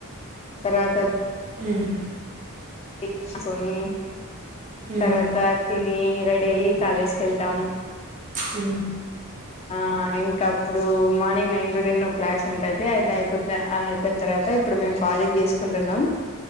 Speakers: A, on the left; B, on the right.
A: తర్వాత
B: హ్మ్
A: తీసుకొని
B: మ్మ్
A: తర్వాత తిన్ రెడీ అయ్యి కాలేజ్ కి వెళ్తాం
B: ఊ
A: ఆ ఇంకా అప్పుడు మార్నింగ్ నైన్ టు టెన్ ఒక క్లాస్ ఉంటది అది అయిపోతు అది అయిపోయిన తర్వాత ఇప్పుడు మేము ప్రాజెక్ట్ చేసుకుంటున్నాం.